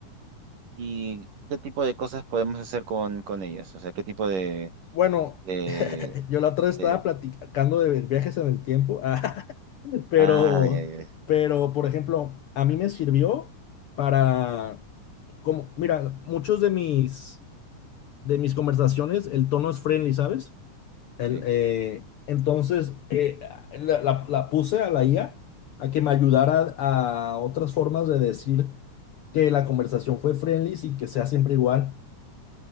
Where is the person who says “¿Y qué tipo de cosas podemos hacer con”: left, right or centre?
Right